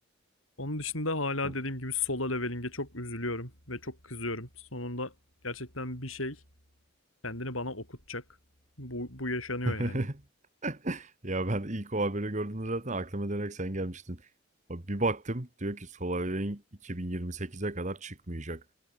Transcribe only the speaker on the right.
Olur.
<laughs>
Ya ben ilk o haberi gördüğümde zaten aklıma direkt sen gelmiştin. Abi Bir baktım diyor ki Solar Wing 2028'e kadar çıkmayacak.